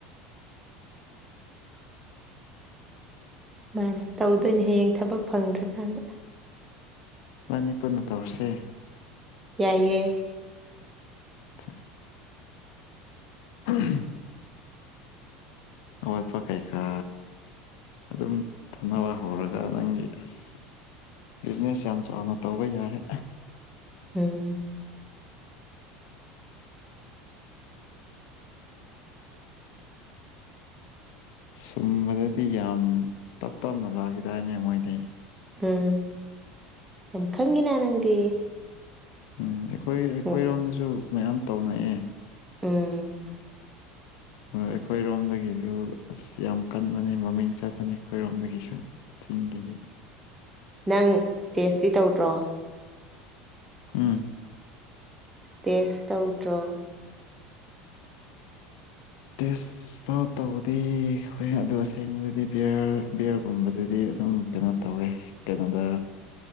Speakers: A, on the right; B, on the left.
A: ꯁꯨꯃꯥꯏꯅ ꯇꯧꯗꯣꯏꯅꯦ ꯍꯌꯦꯡ ꯊꯕꯛ ꯐꯪꯗ꯭ꯔꯀꯥꯟꯗ
B: ꯃꯅꯤ ꯄꯨꯟꯅ ꯇꯧꯔꯁꯦ
A: ꯌꯥꯏꯌꯦ
B: <unintelligible> <unintelligible> ꯑꯠ ꯄ ꯀꯥꯏ ꯀꯥ ꯑꯗꯨꯝ ꯇꯧꯅꯕ ꯍꯧꯔꯒ ꯅꯪꯒꯤ ꯑꯁ ꯕꯤꯖꯤꯅꯦꯁ ꯌꯥꯝ ꯆꯥꯎꯅ ꯇꯧꯕ ꯌꯥꯔꯦ
A: ꯎꯝ
B: ꯁꯨꯝꯕꯗꯗꯤ ꯌꯥꯝ ꯇꯞ ꯇꯞꯅ ꯂꯥꯛꯈꯤꯗꯥꯏꯅꯦ ꯃꯣꯏꯗꯤ
A: ꯎꯝ ꯌꯥꯝ ꯈꯪꯉꯤꯅ ꯅꯪꯗꯤ
B: ꯎꯝ ꯑꯩꯈꯣꯏ ꯑꯩꯈꯣꯏꯔꯣꯝꯗꯁꯨ
A: ꯎꯝ
B: ꯃꯌꯥꯝ ꯇꯧꯅꯑꯦ
A: ꯎꯝ
B: ꯑ ꯑꯩꯈꯣꯏꯔꯣꯝꯗꯒꯤꯁꯨ ꯑꯁ ꯌꯥꯝ ꯀꯟꯕꯅꯦ ꯃꯃꯤꯡ ꯆꯠꯄꯅꯦ ꯑꯩꯈꯣꯏꯔꯣꯝꯗꯒꯤꯁꯨ ꯒꯤꯗꯤ
A: ꯅꯪ ꯇꯦꯁꯇꯤ ꯇꯧꯗ꯭ꯔꯣ
B: ꯎꯝ
A: ꯇꯦꯁ ꯇꯧꯗ꯭ꯔꯣ
B: ꯇꯦꯁ ꯐꯥꯎ ꯇꯧꯕꯗꯤ ꯍ ꯑꯗꯨ ꯑꯁꯦꯡꯕꯗꯨꯗꯤ ꯕꯤꯌꯔ ꯕꯤꯌꯔꯒꯨꯝꯕꯗꯨꯗꯤ ꯑꯗꯨꯝ ꯀꯩꯅꯣ ꯇꯧꯋꯦ ꯀꯩꯅꯣꯗ